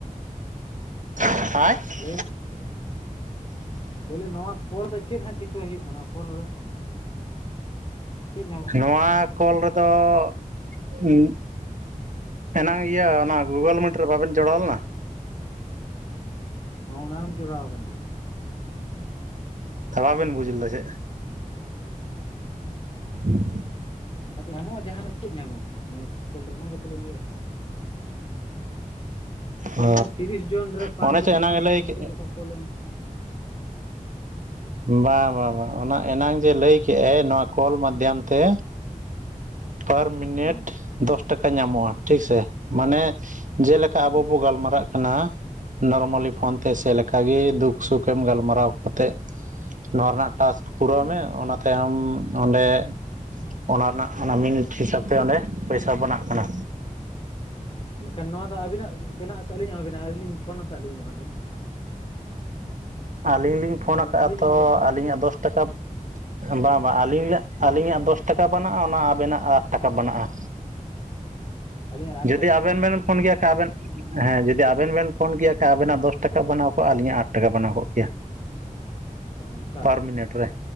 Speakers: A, on the right; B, on the left.
A: <unintelligible>
B: <unintelligible> <unintelligible> ᱱᱚᱣᱟ ᱠᱚᱞ ᱫᱚ ᱪᱮᱫ ᱦᱟᱸᱜ ᱪᱤᱠᱟᱹ ᱦᱩᱭᱩᱜ ᱠᱟᱱᱟ ᱱᱚᱣᱟ ᱠᱚᱞ ᱨᱮ? ᱪᱮᱫ ᱧᱟᱢᱚᱜ
A: ᱱᱚᱣᱟ ᱠᱚᱞ ᱨᱮᱫᱚ <unintelligible> ᱮᱱᱟᱝ ᱤᱭᱟᱹ ᱚᱱᱟ ᱜᱩᱜᱚᱞ ᱢᱤᱴ ᱨᱮ ᱵᱟᱵᱮᱱ ᱡᱚᱲᱟᱣ ᱞᱮᱱᱟ᱾
B: ᱦᱚᱸ ᱚᱱᱟ ᱦᱚᱸᱧ ᱡᱚᱲᱟᱣ ᱠᱟᱱ ᱜᱮᱭᱟ᱾
A: <unintelligible> ᱵᱮᱱ ᱵᱩᱡᱽ ᱞᱮᱫᱟ ᱪᱮ᱾ <inaudible>
B: ᱟᱫᱚ ᱧᱟᱢᱚᱜᱼᱟ ᱡᱟᱦᱟᱱᱟᱜ ᱪᱮᱫ ᱧᱟᱢᱚᱜᱼᱟ ᱱᱚᱣᱟ ᱠᱚᱞ ᱨᱮ ᱚᱱᱟ ᱜᱮᱛᱚᱞᱤᱧ ᱞᱟᱹᱭᱮᱜᱼᱟ᱾ ᱞᱟᱹᱭᱮᱼᱟ
A: ᱚ
B: ᱛᱤᱨᱤᱥ ᱡᱚᱱ ᱨᱮ ᱯᱟᱸᱪ
A: ᱚᱱᱮ
B: ᱡᱚᱱ
A: ᱪᱮ ᱮᱱᱟᱝ
B: ᱯᱟᱸᱪ
A: ᱮ ᱞᱟᱹᱭ
B: ᱡᱚᱱ
A: ᱠᱮᱫ
B: ᱪᱮᱫ ᱞᱮᱠᱟ ᱠᱚᱞᱮᱢᱼᱼ
A: ᱵᱟᱝ ᱵᱟᱝ ᱵᱟᱝ ᱚᱱᱟ ᱮᱱᱟᱝ ᱡᱮ ᱞᱟᱹᱭ ᱠᱮᱫᱟᱭ ᱱᱚᱣᱟ ᱠᱚᱞ ᱢᱟᱫᱽᱫᱷᱚᱢ ᱛᱮ ᱯᱟᱨ ᱢᱤᱱᱤᱴ
B: ᱦᱚᱸ
A: ᱫᱚᱥ ᱴᱟᱠᱟ ᱧᱟᱢᱚᱜᱼᱟ ᱴᱷᱤᱠ ᱥᱮ ᱢᱟᱱᱮᱼᱼ ᱡᱮᱞᱮᱠᱟ
B: ᱦᱚᱸ
A: ᱟᱵᱚ ᱵᱚ ᱜᱟᱞᱢᱟᱨᱟᱜᱼᱼ ᱠᱟᱱᱟ ᱱᱚᱨᱢᱟᱞᱤ ᱯᱷᱳᱱ ᱛᱮ ᱥᱮ ᱞᱮᱠᱟ ᱜᱮ ᱫᱩᱠ ᱥᱩᱠᱮᱢ ᱜᱟᱞᱢᱟᱨᱟᱣ ᱠᱟᱛᱮ ᱱᱚᱣᱟ ᱨᱮᱱᱟᱜ ᱴᱟᱥᱠᱥ ᱯᱩᱨᱟᱹᱣ
B: ᱦᱚᱸ
A: ᱢᱮ ᱚᱱᱟᱼᱼ ᱛᱟᱭᱚᱢ ᱚᱸᱰᱮ ᱚᱱᱟ ᱨᱮᱱᱟᱜ ᱚᱱᱟ ᱢᱤᱱᱤᱴ ᱦᱤᱥᱟᱹᱵᱽ ᱛᱮ ᱚᱸᱰᱮ ᱯᱚᱭᱥᱟ ᱵᱮᱱᱟᱜ ᱠᱟᱱᱟ᱾
B: ᱮᱱᱠᱷᱟᱱ ᱱᱚᱣᱟ ᱫᱚ ᱟᱹᱵᱤᱱᱟᱜ ᱵᱮᱱᱟᱜ ᱥᱮ ᱟᱹᱞᱤᱧᱟᱜ ᱵᱮᱱᱟᱜᱼᱟ ᱟᱹᱞᱤ ᱞᱤᱧ ᱯᱷᱳᱱ ᱠᱟᱫ ᱞᱤᱧ ᱫᱚ ᱦᱟᱜ ᱵᱤᱱ?
A: ᱟᱹᱞᱤᱧ ᱞᱤᱧ ᱯᱷᱳᱱ
B: ᱥᱮ
A: ᱠᱟᱜᱼᱟ
B: ᱟᱹᱞᱤᱧ
A: ᱛᱚ
B: ᱦᱚᱸ ᱟᱨᱚ ᱯᱷᱳᱱ
A: ᱟᱹᱞᱤᱧᱟᱜ
B: ᱦᱩᱭᱩᱜᱼᱟ
A: ᱫᱚᱥ ᱴᱟᱠᱟ ᱵᱟᱝ ᱵᱟᱝ ᱟᱹᱞᱤ <unintelligible>
B: ᱵᱮᱱᱟᱜᱼᱟ
A: ᱟᱹᱞᱤᱧᱟᱜ ᱫᱚᱥ ᱴᱟᱠᱟ ᱵᱮᱱᱟᱜᱼᱟ ᱚᱱᱟ ᱟᱵᱮᱱᱟᱜ ᱟᱴ ᱴᱟᱠᱟ ᱵᱮᱱᱟᱜᱼᱟ᱾
B: ᱟᱹᱞᱤᱧᱟᱜ ᱟᱴ
A: ᱡᱩᱫᱤ
B: ᱴᱟᱠᱟ
A: ᱟᱵᱮᱱ ᱵᱮᱱ ᱯᱷᱳᱱ ᱠᱮᱭᱟ ᱥᱮ ᱟᱵᱮᱱ ᱦᱮᱸ ᱡᱩᱫᱤ ᱟᱵᱮᱱ ᱵᱮᱱ ᱯᱷᱳᱱ ᱠᱮᱭᱟ ᱥᱮ ᱟᱵᱮᱱᱟᱜ ᱫᱚᱥ ᱴᱟᱠᱟ ᱵᱮᱱᱟᱣ ᱠᱚᱜᱼᱟ ᱟᱹᱞᱤᱧᱟᱜ ᱟᱴ ᱴᱟᱠᱟ ᱵᱮᱟᱱᱟᱣ ᱠᱚᱜ ᱠᱮᱭᱟ
B: ᱚ ᱚᱱᱠᱟ
A: ᱯᱟᱨ ᱢᱤᱱᱤᱴ ᱨᱮ